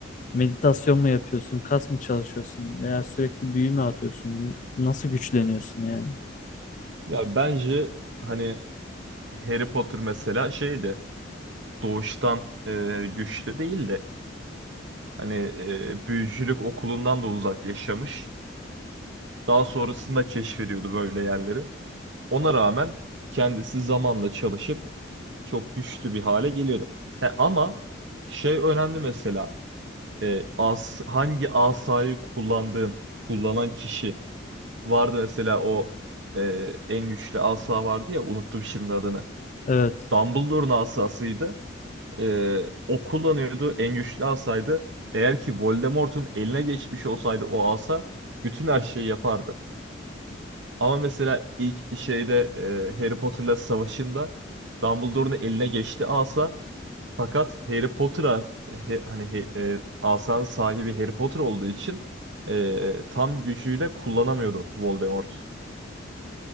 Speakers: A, on the left; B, on the right.
A: meditasyon mu yapıyorsun? Kas mı çalışıyorsun? Veya sürekli büyü mü atıyorsun? Nasıl güçleniyorsun yani?
B: Ya bence hani Harry Potter mesela şeydi doğuştan e, güçlü değil de hani e, büyücülük okulundan da uzak yaşamış. Daha sonrasında keşfediyordu böyle yerleri. Ona rağmen kendisi zamanla çalışıp çok güçlü bir hale geliyordu. He, ama şey önemli mesela e, as, hangi asayı kullandığın, kullanan kişi vardı mesela o e, en güçlü asa vardı ya unuttum şimdi adını.
A: Evet.
B: Dumbledore'un asasıydı. E, o kullanıyordu en güçlü asaydı. Eğer ki Voldemort'un eline geçmiş olsaydı o asa bütün her şeyi yapardı. Ama mesela ilk şeyde e, Harry Potter'la savaşında Dumbledore'un eline geçti asa fakat Harry Potter'a he- hani he- e, asanın sahibi Harry Potter olduğu için e, tam gücüyle kullanamıyordu Voldemort.